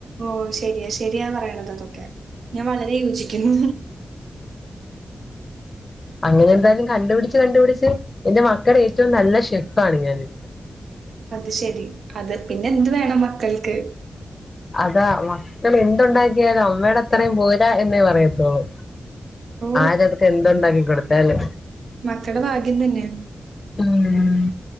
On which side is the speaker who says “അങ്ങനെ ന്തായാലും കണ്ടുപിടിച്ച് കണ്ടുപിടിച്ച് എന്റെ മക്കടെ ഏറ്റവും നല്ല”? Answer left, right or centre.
Left